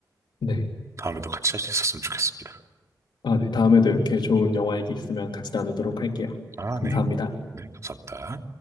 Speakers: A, on the left; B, on the right.
A: 네.
B: 다음에도 같이 할 수 있었으면 좋겠습니다.
A: 아, 네. 다음에도 이렇게 좋은 영화 얘기 있으면 같이 나누도록 할게요.
B: 아,
A: 감사합니다.
B: 네. 네, 감사합니다.